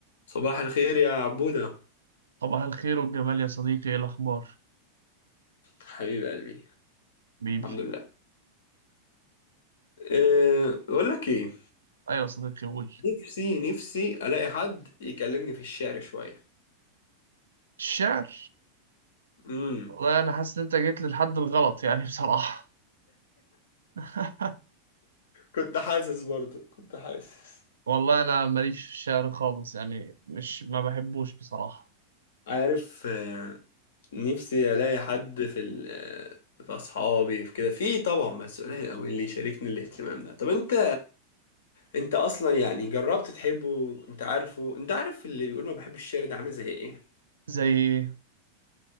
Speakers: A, on the left; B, on the right.
A: صباح الخير يا عبودة
B: صباح الخير والجمال يا صديقي ايه الاخبار
A: حبيب قلبي
B: بيبي
A: الحمد لله أه بقول لك ايه
B: ايوه يا صديقي قول
A: نفسي نفسي الاقي حد يكلمني في الشعر شوية
B: الشعر
A: امم
B: والله انا حاسس ان انت جيت للحد الغلط يعني بصراحه <laughs>
A: كنت حاسس برضو كنت حاسس
B: والله انا ماليش في الشعر خالص يعني مش ما بحبوش بصراحه
A: عارف آه، نفسي الاقي حد في ال آه، في اصحابي في كده في طبعا بس قليل قوي اللي يشاركني الاهتمام ده طب انت انت اصلا يعني جربت تحبه انت عارفه انت عارف اللي بيقول ما بحبش الشعر ده عامل زي ايه
B: زي إيه؟